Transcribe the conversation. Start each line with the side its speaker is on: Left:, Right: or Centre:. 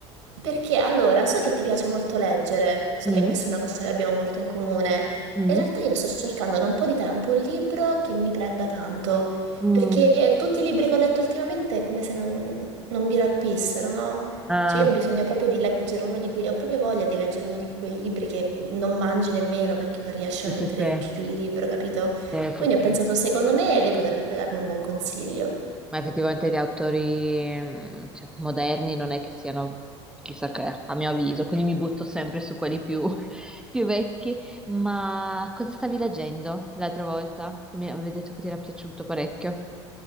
Right: Perché allora, so che ti piace molto leggere, so
Centre: Mm,
Right: che questa è una cosa che abbiamo molto in comune.
Centre: mm,
Right: In realtà io sto cercando da un po' di tempo un libro che mi prenda tanto,
Centre: mm.
Right: perché tutti i libri che ho letto ultimamente è come se non, non mi rapissero, no?
Centre: Ah,
Right: Cioè io ho bisogno proprio di leggere uno di quei, ho proprio voglia di leggere uno di quei libri che non mangi nemmeno perché non riesci
Centre: sì,
Right: a mettere
Centre: sì, sì,
Right: giù il libro, capito?
Centre: Sì, sì,
Right: Quindi
Centre: sì.
Right: ho pensato, secondo me lei potrebbe darmi un buon consiglio.
Centre: Ma effettivamente gli autori, mm, cioè, moderni non è che siano chissà che, a mio avviso, quindi mi butto sempre su quelli più, <laughs> più vecchi. Ma cosa stavi leggendo l'altra volta? Che mi avevi detto che ti era piaciuto parecchio.